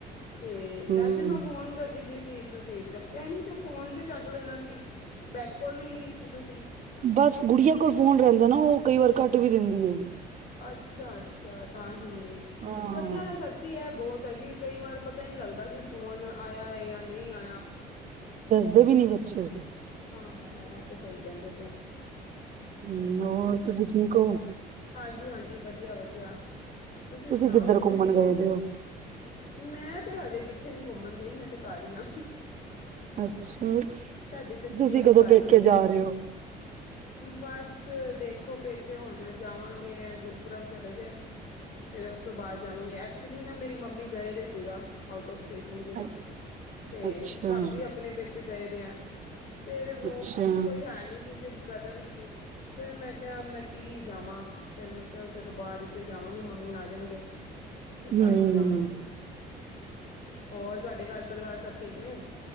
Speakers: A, on the left; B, on the right.
A: ਤੇ
B: ਹੂੰ
A: ਵੈਸੇ ਮੈਂ ਫੋਨ ਕਰਦੀ ਪਈ ਸੀ ਤੁਸੀਂ ਚੱਕਿਆ ਨੀ ਫੋਨ ਤੇ ਚੱਕ ਲੈਣਾ ਸੀ ਬੈਅਕ ਕੋਲ ਵੀ ਨੀ ਕੀਤੀ ਤੁਸੀਂ।
B: ਬਸ ਗੁਡੀਆ ਕੋਲ ਫੋਨ ਰਹਿੰਦਾ ਨਾ ਉਹ ਕਈ ਵਾਰ ਘੱਟ ਵੀ ਦਿੰਦੀ ਐ।
A: ਅੱਛਾ ਅੱਛਾ, ਤਾਂ ਹੀ
B: ਹਾਂ
A: ਬੱਚਿਆਂ ਦਾ ਸ ਸੱਚੀ ਇਹ ਬਹੁਤ ਐ ਕਿ ਕਈ ਵਾਰ ਪਤਾ ਹੀ ਨਹੀਂ ਲੱਗਦਾ ਕਿ ਫੋਨ ਆਇਆ ਜਾਂ ਨਹੀਂ ਆਇਆ।
B: ਦੱਸਦੇ ਵੀ ਨਹੀਂ ਬੱਚੇ।
A: ਹਾਂ ਹਾਂ, ਇਹ ਤੇ ਸਹੀ ਕਹਿੰਦੇ ਪਏ।
B: ਹੂੰ, ਹੋਰ ਤੁਸੀਂ ਠੀਕ ਹੋ।
A: ਹਾਂਜੀ-ਹਾਂਜੀ, ਵਧੀਆ ਵਧੀਆ ਤੁਸੀਂ ਸੁਣਾਓ
B: ਕਿੱਧਰ
A: ਤੁਸੀਂ
B: ਘੁੰਮਣ
A: ਠੀਕ
B: ਗਏ
A: ਹੋ?
B: ਦੇ
A: ਮੈਂ ਤੇ ਹਜੇ ਕਿੱਥੇ ਨੀ ਘੁੰਮਣ ਗਈ ਮੈਂ ਤੇ ਘਰ ਹੀ ਆ।
B: ਅੱਛਾ
A: ਤੁਹਾਡੀ ਤੇ ਛੁੱਟੀਆਂ
B: ਤੁਸੀਂ
A: ਵੀ
B: ਕਦੋਂ
A: ਘਰ
B: ਪੇਕੇ
A: ਹੀ ਮਨੀ
B: ਜਾ
A: ਦੀਆਂ।
B: ਰਹੇ ਹੋ
A: ਬਸ ਦੇਖੋ ਪੇਕੇ ਹੁਣ ਜਾਵਾਂਗੇ ਐ ਗੁਰਪ੍ਰਬ ਚਲੇ ਜਏ। ਫੇਰ ਉਸ ਤੋਂ ਬਾਅਦ ਜਾਵਾਂਗੇ ਐਕਚੁਲੀ ਨਾ ਮੇਰੀ ਮੰਮੀ ਗਏ ਦੇ ਸੀਗਾ। ਆਊਟ ਆਫ ਸਟੇਸ਼ਨ
B: ਅੱਛਾ
A: ਸੀਗਾ ਤੇ
B: ਅੱਛਾ
A: ਭਾਬੀ ਆਪਣੇ ਪੇਕੇ ਗਏ ਦੇ ਐ। ਫੇਰ
B: ਅੱਛਾ
A: ਪਿੱਛੋਂ ਕੋਈ ਹੈ ਨਹੀਂ ਸੀ ਸਿਰਫ ਬ੍ਰਦਰ ਈ ਸੀ ਫੇਰ ਮੈਂ ਕਿਹਾ ਮੈਂ ਕੀ ਜਾਵਾਂ। ਫੇਰ ਮੈਂ ਕਿਹਾ ਚਲੋ ਬਾਅਦ ਵਿੱਚ ਜਾਵਾਂਗੇ ਮੰਮੀ ਆ ਜਾਣਗੇ। ਤੇ ਤਾਂ
B: ਹੂੰ
A: ਹੀ ਜਾਵਾਂਗੇ ਹੋਰ ਤੁਹਾਡੇ ਘਰ ਪਰਿਵਾਰ ਸਭ ਠੀਕ ਨੇ।